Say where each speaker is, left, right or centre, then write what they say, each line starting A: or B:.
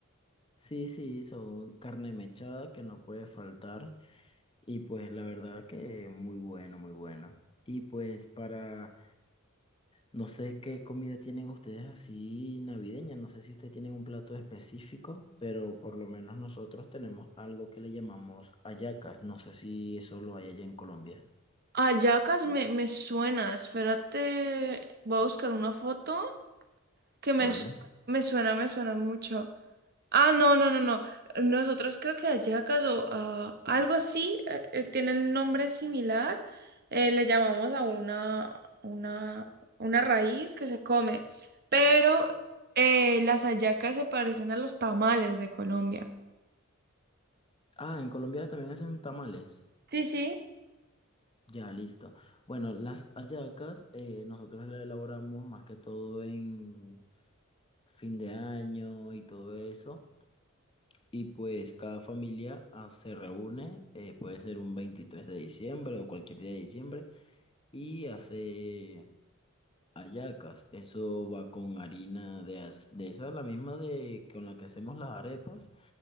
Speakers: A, on the left; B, on the right.
A: sí, sí, son carne mechada que no puede faltar y pues la verdad que muy bueno, muy bueno. Y pues para No sé qué comida tienen ustedes así navideña, no sé si ustedes tienen un plato específico, pero por lo menos nosotros tenemos algo que le llamamos hallacas, no sé si eso lo hay allá en Colombia,
B: Ayacas me, me suena, espérate, voy a buscar una foto que me,
A: ¿vale?
B: su- me suena, me suena mucho. Ah, no, no, no, no. Nosotros creo que Ayacas o ah, algo así, eh, eh, tienen nombre similar. eh, le llamamos a una, una, una raíz que se come, pero eh, las hallacas se parecen a los tamales de Colombia.
A: Ah, en Colombia también hacen tamales,
B: Sí, sí.
A: ya listo. Bueno, las hallacas eh, nosotros las elaboramos más que todo en fin de año y todo eso. Y pues cada familia ah, se reúne, eh, puede ser un 23 de diciembre o cualquier día de diciembre y hace hallacas. Eso va con harina de, as- de esa, la misma de con la que hacemos las arepas.